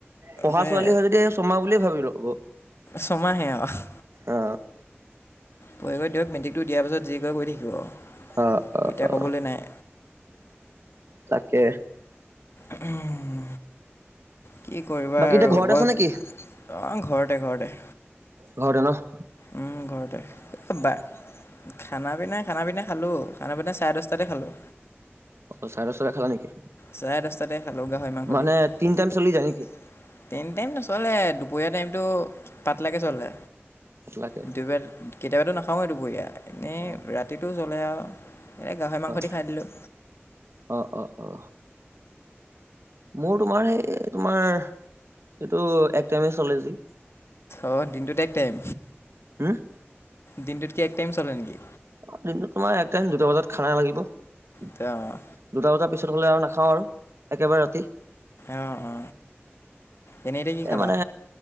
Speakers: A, on the right; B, on the left.
A: পঢ়া
B: সেই
A: ছোৱালী হয় যদি ছমাহ বুলিয়ে ভাৱি ল'ব।
B: ছমাহে আৰু
A: অ
B: পঢ়িব দিয়ক মেট্ৰিকটো দিয়া পাছত যি কৰি থাকিব
A: অ অ
B: তেতিয়া
A: অ
B: ক'বলৈ নাই।
A: তাকে।
B: উম কি কৰিবা
A: বাকী
B: আৰু
A: এতিয়া ঘৰতে আছ
B: অ ঘৰত।
A: নেকি
B: এ ঘৰতে।
A: ঘৰতে নহ।
B: উম ঘৰতে <unintelligible> বাই খানা পিনা খানা পিনা খালোঁ খানা পিনা চাৰে দহটাতে খালোঁ।
A: অ চাৰে দচটাতে খালা নেকি
B: চাৰে দহটাতে খালোঁ গাহৰি মাংস
A: মানে
B: দি। <unintelligible>
A: তিনি টাইম চলি যায় নেকি
B: নচলে দুপৰীয়া টাইমটো পাতলাকে চলে।
A: লাগে
B: <unintelligible> কেতিয়াবাতো নাখাওৱেই দুপৰীয়া এনেই
A: অ
B: ৰাতিটো চলে আৰু। এই গাহৰি মাংস
A: অ
B: খাই দিলোঁ।
A: অ, অ, অ। মোৰ তোমাৰ সেই তোমাৰ এইটো এক টাইময়ে চলে যি।
B: অ দিনটোত এক টাইম,
A: হুম
B: দিনটোত কি এক টাইম চলে নেকি?
A: অ দিনটোত তোমাৰ এক টাইম দুটা বজাত খানা লাগিব। দুটা
B: ত অঁ
A: বজাৰ পিছত হ'লে আৰু নাখাওঁ আৰু একেবাৰে ৰাতি।
B: অ, অ এনেই এতিয়া কি
A: এই
B: খালা?
A: মানে